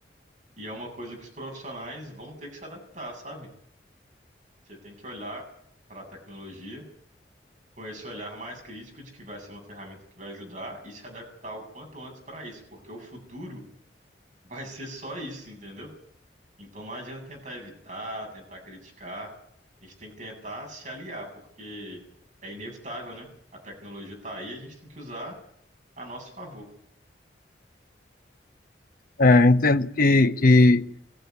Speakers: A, on the right (about 45°); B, on the left (about 55°).
A: e é uma coisa que os profissionais vão ter que se adaptar, sabe? Você tem que olhar para a tecnologia com esse olhar mais crítico de que vai ser uma ferramenta que vai ajudar e se adaptar o quanto antes para isso, porque o futuro vai ser só isso, entendeu? Então não adianta tentar evitar, tentar criticar, a gente tem que tentar se aliar, porque é inevitável, né? A tecnologia está aí, a gente tem que usar a nosso favor.
B: É, eu entendo que, que